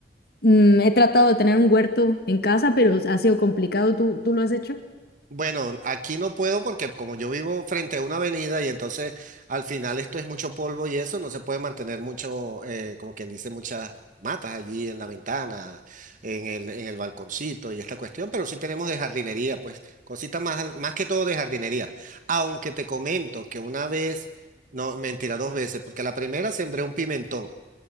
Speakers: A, on the left (about 60°); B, on the right (about 50°).
A: Mm, he tratado de tener un huerto en casa, pero ha sido complicado. ¿Tú, tú lo has hecho?
B: Bueno, aquí no puedo porque como yo vivo frente a una avenida y entonces al final esto es mucho polvo y eso no se puede mantener mucho, eh, como quien dice, muchas matas allí en la ventana, en el, en el balconcito y esta cuestión, pero sí tenemos de jardinería, pues cositas más, más que todo de jardinería. Aunque te comento que una vez, no, mentira, dos veces, porque la primera sembré un pimentón.